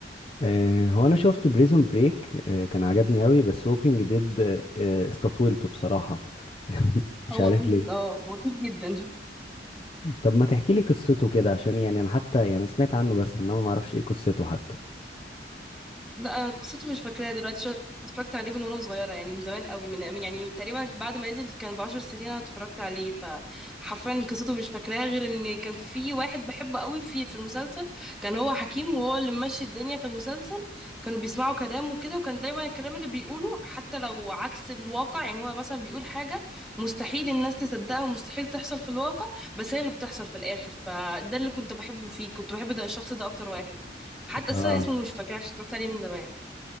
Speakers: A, on the left; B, in the centre.
A: آه هو أنا شفت بريزون بريك آه كان عجبني قوي بس ووكينج ديد آه استطولته بصراحة <laughs> مش
B: هو
A: عارف
B: طويل
A: ليه
B: اه هو طويل جدا
A: طب ما تحكي لي قصته كده عشان يعني أنا حتى يعني سمعت عنه بس إنما ما أعرفش إيه قصته حتى
B: لا أنا قصته مش فاكراها دلوقتي عشان اتفرجت عليه من وانا صغيره يعني من زمان قوي من من- يعني تقريبا بعد ما نزل كان بعشر سنين انا اتفرجت عليه فحرفيا قصته مش فاكراها غير ان كان في واحد بحبه قوي في في المسلسل كان هو حكيم وهو اللي ماشي الدنيا في المسلسل كانوا بيسمعوا كلامه كده وكان دايما الكلام اللي بيقوله حتى لو عكس الواقع يعني هو مثلا بيقول حاجه مستحيل الناس تصدقها ومستحيل تحصل في الواقع بس هي اللي بتحصل في الاخر فده اللي كنت بحبه فيه كنت بحب ده الشخص ده اكتر واحد حتى
A: اه
B: اصلا اسمه مش فاكراه عشان اتفرجت عليه من زمان